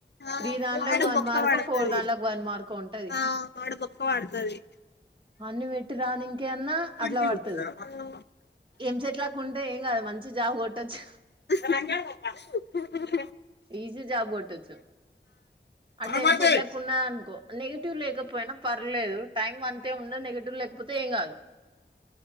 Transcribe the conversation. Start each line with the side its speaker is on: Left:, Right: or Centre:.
Left: ఆ
Right: త్రీ దాంట్లకు వన్
Left: బొక్క
Right: మార్కో
Left: పడతాది
Right: ఫోర్ దాంట్లకు వన్ మార్కో ఉంటది
Left: ఆ వాడు బొక్క పడతాది
Right: అన్ని పెట్టి రాని ఇంకే అన్నా అట్లా
Left: తిరుగు
Right: పడుతుది ఎంసెట్ లెక్క ఉంటే ఏం కాదు మంచి జాబ్ కొట్టచు
Left: ర
Right: ఈజీ జాబ్ కొట్టొచ్చు అట్ల
Left: మనమైతే
Right: ఎంసెట్ లెక్క ఉన్నా అనుకో నెగిటివ్ లేకపో పోయినా పర్లేదు టైం అంతే ఉన్నా నెగటివ్ లేకపోతే ఏం కాదు